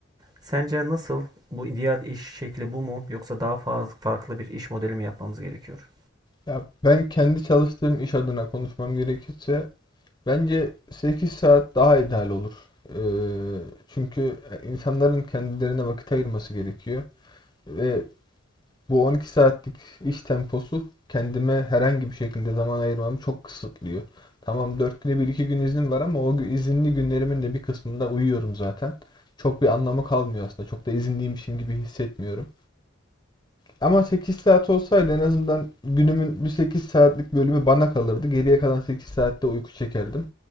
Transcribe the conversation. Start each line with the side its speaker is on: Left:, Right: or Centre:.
Right: Sence nasıl? Bu ideal iş şekli bu mu? Yoksa daha fazla farklı bir iş modeli mi yapmamız gerekiyor?
Left: Ya ben kendi çalıştığım iş adına konuşmam gerekirse bence 8 saat daha ideal olur. Ee, çünkü insanların kendilerine vakit ayırması gerekiyor ve Bu 12 saatlik iş temposu kendime herhangi bir şekilde zaman ayırmamı çok kısıtlıyor. Tamam 4 güne bir iki gün iznim var ama o gü- izinli günlerimin de bir kısmında uyuyorum zaten. Çok bir anlamı kalmıyor aslında. Çok da izinliymişim gibi hissetmiyorum. Ama 8 saat olsaydı en azından günümün bir 8 saatlik bölümü bana kalırdı. Geriye kalan 8 saatte uyku çekerdim.